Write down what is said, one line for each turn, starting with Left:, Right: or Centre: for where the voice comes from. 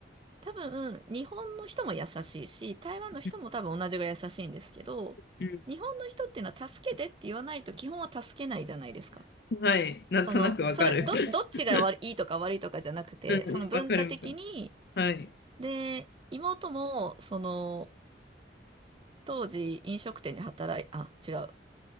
Right: 多分、日本の人も優しいし、台湾の人も多分同じぐらい優しいんですけど、
Left: うんうん
Right: 日本の人っていうのは助けてって言わないと基本は助けないじゃないですか。
Left: はい。なんとなくわかる。
Right: その、それ、ど、
Left: <laughs>
Right: どっちが悪いいとか悪いとかじゃなくて、
Left: うんうん、
Right: その文化的に、
Left: わかるわかる。はい。
Right: で、妹も、その、当時飲食店で働い、あ、違う、